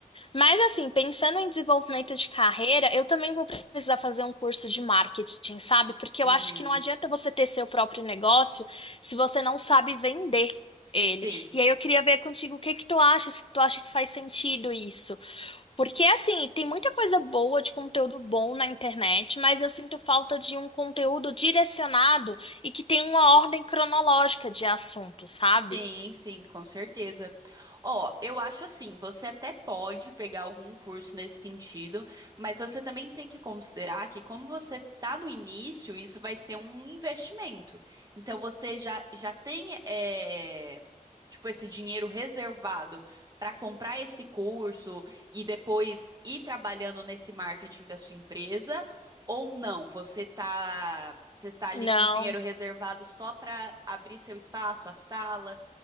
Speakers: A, on the left; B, on the right.
A: Mas assim, pensando em desenvolvimento de carreira, eu também vou precisar fazer um curso de marketing, sabe? Porque
B: Uhum,
A: eu acho que não adianta você ter seu próprio negócio se você não sabe vender ele.
B: sim.
A: E aí eu queria ver contigo o que que tu acha, se tu acha que faz sentido isso. Porque assim, tem muita coisa boa de conteúdo bom na internet, mas eu sinto falta de um conteúdo direcionado e que tem uma ordem cronológica de assuntos, sabe?
B: Sim, sim, com certeza. Ó, eu acho assim, você até pode pegar algum curso nesse sentido, mas você também tem que considerar que como você está no início, isso vai ser um investimento. Então você já, já tem é, tipo esse dinheiro reservado para comprar esse curso e depois ir trabalhando nesse marketing da sua empresa ou não? Você tá Você está ali
A: Não.
B: com dinheiro reservado só para abrir seu espaço, a sala,